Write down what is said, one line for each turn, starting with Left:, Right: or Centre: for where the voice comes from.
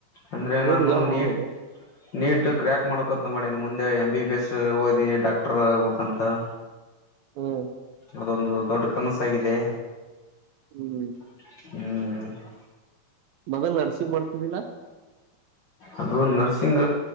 Left: ಅಂದ್ರೆ ನಾನು
Right: ಊರ್ಗ ಯಾವಾಗ
Left: ನೀಟ್
Right: ಹೋಗೋದು
Left: ನೀಟ್ ಕ್ರ್ಯಾಕ್ ಮಾಡಕಂತ ಮಾಡಿನ್ ಮುಂದೆ ಎಂ ಬಿ ಬಿ ಎಸ್ ಓದಿ ಡಾಕ್ಟರ್ ಆಗ್ಬೇಕಂತ <inaudible>
Right: ಹ್ಮ್
Left: ಅದೊಂದು ದೊಡ್ಡ ಕನಸಾಗಿದೆ
Right: ಹ್ಮ್
Left: ಹ್ಮ್
Right: ಮೊದಲ್ ನರ್ಸಿಗ್ ಮಾಡ್ತಿದ್ದಿಲ್ಲಾ
Left: ಅದು ನರ್ಸಿಂಗ್